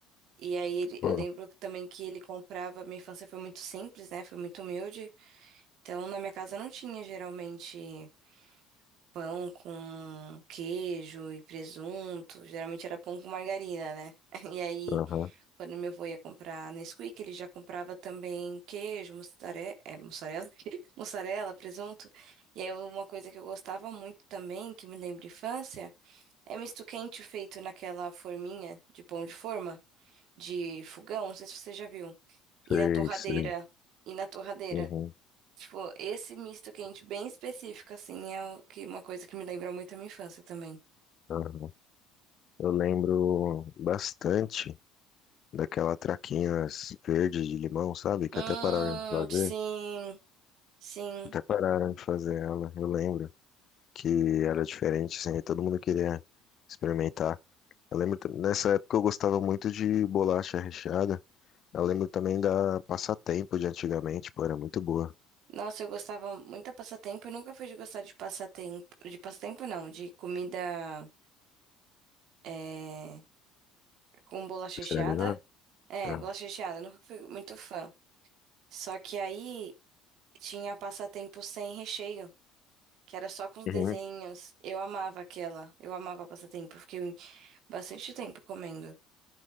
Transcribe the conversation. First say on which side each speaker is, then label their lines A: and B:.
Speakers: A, on the right; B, on the left.
A: E aí ele-
B: Pô,
A: eu lembro que também que ele comprava, minha infância foi muito simples, né? Foi muito humilde. Então, na minha casa não tinha geralmente pão com queijo e presunto. Geralmente era pão com margarina, né? <laughs> E aí,
B: aham.
A: quando meu avô ia comprar Nesquik, ele já comprava também queijo, mussare... é, mussarela, <laughs> mussarela, presunto. E aí, uma coisa que eu gostava muito também, que me lembra infância, é misto quente feito naquela forminha de pão de forma, de fogão, não sei se você já viu. E
B: Sei,
A: na torradeira.
B: sei.
A: E na torradeira.
B: Uhum,
A: Tipo, esse misto quente bem específico, assim, é o que, uma coisa que me lembra muito a minha infância também.
B: uhum. Eu lembro bastante daquela traquinas verde de limão, sabe? Que
A: Hum,
B: até pararam de fazer.
A: sim, sim.
B: Até pararam de fazer ela, eu lembro. Que era diferente, assim, e todo mundo queria experimentar. Eu lembro, tam- nessa época eu gostava muito de bolacha recheada. Eu lembro também da passatempo de antigamente, pô, era muito boa.
A: Nossa, eu gostava muito de passatempo. Eu nunca fui de gostar de passatempo. De passatempo, não, de comida é, com bolacha
B: Industrializada?
A: recheada. É,
B: Era.
A: bolacha recheada, eu nunca fui muito fã. Só que aí tinha passatempo sem recheio, que era só com os desenhos.
B: Uhum.
A: Eu amava aquela. Eu amava passatempo. eu Fiquei bastante tempo comendo.